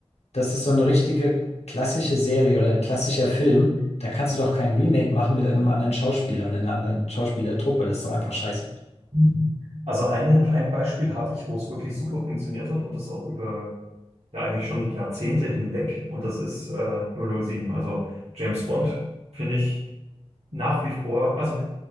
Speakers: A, on the left (about 75°); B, on the right (about 75°).
A: das ist so eine richtige klassische Serie oder ein klassischer Film. Da kannst du doch kein Remake machen mit einem anderen Schauspieler oder einer anderen Schauspielertruppe. Das ist doch einfach scheiße.
B: Mhm. Also eine, ein Beispiel habe ich, wo es wirklich super funktioniert hat und das auch über ja eigentlich schon Jahrzehnte hinweg und das ist äh, 007. Also James Bond finde ich nach wie vor, also